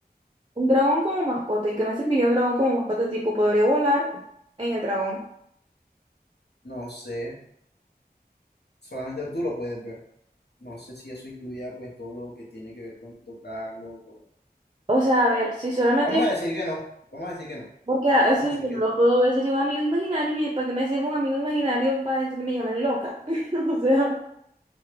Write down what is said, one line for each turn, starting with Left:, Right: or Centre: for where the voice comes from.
Right: Un dragón como mascota, ¿y qué me serviría un dragón como mascota? Tipo, podría volar en el dragón.
Left: No sé, solamente tú lo puedes ver. No sé si eso incluía pues todo lo que tiene que ver con tocarlo. con-
Right: O sea, a ver, si solamente,
Left: Vamos a decir que no, vamos a decir que no,
Right: porque a-
Left: vamos
Right: si
Left: a decir
Right: yo
Left: que
Right: no lo puedo ver, sería un amigo imaginario, ¿y para qué me sirve un amigo imaginario para decir que me llamen loca? <laughs> O sea,